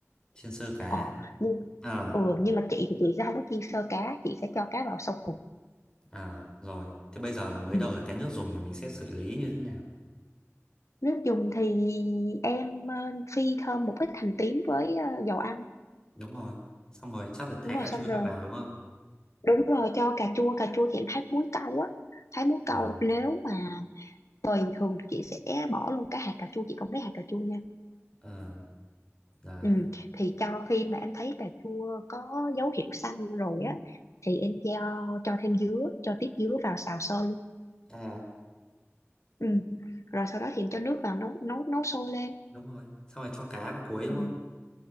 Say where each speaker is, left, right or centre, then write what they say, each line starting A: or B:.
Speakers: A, on the left (about 15°); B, on the left (about 75°).
A: chiên sơ cá
B: Ờ, nhưng
A: ờ
B: ừ, nhưng mà chị thì chị sẽ không có chiên sơ cá chị sẽ cho cá vào sau cùng
A: ờ rồi thế bây giờ là mới
B: ừ.
A: đầu là cái nước dùng thì mình sẽ xử lý như thế nào
B: nước dùng thì em ờ, phi thơm một ít hành tím với ờ, dầu ăn
A: đúng rồi xong rồi chắc là thái
B: đúng rồi
A: cà
B: xong
A: chua
B: rồi
A: cho vào đúng không
B: đúng rồi cho cà chua cà chua thì em thái muối câu á thái muối câu
A: ờ
B: nếu mà bình thường thì chị sẽ bỏ luôn cái hạt cà chua chị không lấy hạt cà chua nha
A: ờ đấy
B: ừ. thì cho khi mà em thấy cà chua có dấu hiệu xanh rồi á thì em cho cho thêm dứa cho tiếp dứa vào xào sơ
A: Ờ,
B: ừ. rồi sau đó thì cho nước vào nấu nấu nấu sôi lên
A: đúng rồi xong rồi cho cá vào cuối đúng
B: ừ.
A: không